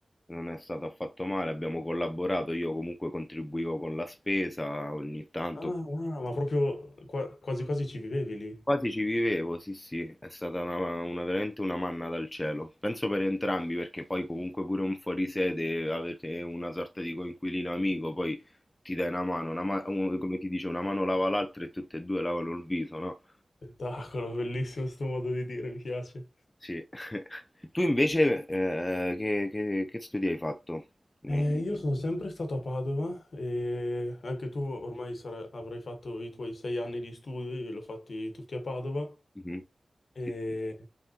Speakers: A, on the left; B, on the left.
A: Non è stato affatto male, abbiamo collaborato, io comunque contribuivo con la spesa ogni tanto,
B: Ah, ah, ma proprio qua- quasi quasi ci vivevi lì.
A: quasi ci vivevo, sì sì, è stata una, una- veramente una manna dal cielo. Penso per entrambi perché poi comunque pure un fuorisede, avete una sorta di coinquilino amico, poi ti dai una mano, una ma- un- come ti dice, una mano lava l'altra e tutte e due lavano il viso, no?
B: Spettacolo, bellissimo sto modo di dire, mi piace.
A: Sì. <laughs> Tu invece eh, che, che, che studi hai fatto? Mi-
B: Eh, io sono sempre stato a Padova e anche tu ormai sarai- avrai fatto i tuoi sei anni di studi, l'ho fatti tutti a Padova
A: Mhm.
B: e
A: Sì, sì.